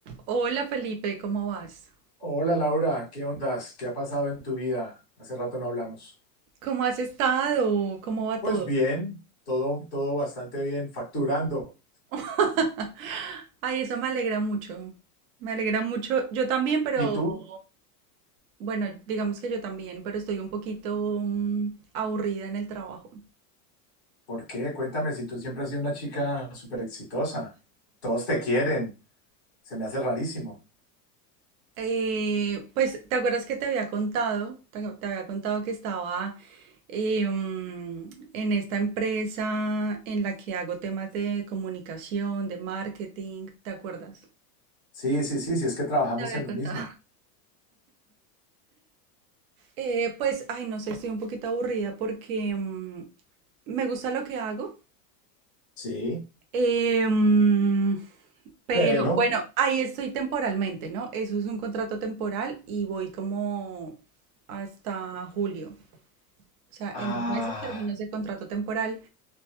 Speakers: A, on the right; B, in the centre.
A: Hola Felipe, ¿cómo vas?
B: Hola Laura, ¿qué ondas? ¿Qué ha pasado en tu vida? Hace rato no hablamos.
A: ¿Cómo has estado? ¿Cómo va
B: Pues
A: todo?
B: bien, todo, todo bastante bien, facturando.
A: <laughs> Ay, eso me alegra mucho. Me alegra mucho. Yo también, pero
B: ¿Y tú?
A: bueno, digamos que yo también, pero estoy un poquito mm, aburrida en el trabajo.
B: ¿Por qué? Cuéntame si tú siempre has sido una chica súper exitosa. Todos te quieren. Se me hace rarísimo.
A: Eh, pues, ¿te acuerdas que te había contado? Te, te había contado que estaba eh, mm, en esta empresa en la que hago temas de comunicación, de marketing, ¿te acuerdas?
B: Sí, sí, sí, sí, es que trabajamos
A: Te había
B: en
A: contado.
B: lo mismo.
A: Eh, pues, ay, no sé, estoy un poquito aburrida porque mm, me gusta lo que hago,
B: Sí,
A: eh, mm, pero
B: pero,
A: bueno, ahí estoy temporalmente, ¿no? Eso es un contrato temporal y voy como hasta julio. O sea,
B: ah,
A: en dos meses termino ese contrato temporal